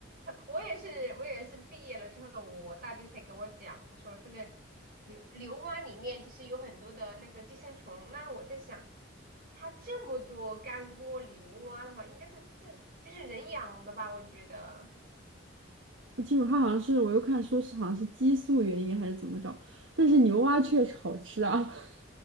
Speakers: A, on the right (about 50°); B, on the right (about 75°).
A: 我也是，我也是毕业了之后，我大舅才跟我讲，他说这个牛牛蛙里面就是有很多的那个寄生虫。那我在想，它这么多干锅牛蛙的话，应该是自就是人养的吧？我觉得，
B: 不清楚，他好像是我又看说是好像是激素原因还是怎么着，但是牛蛙确实好吃啊 <laughs>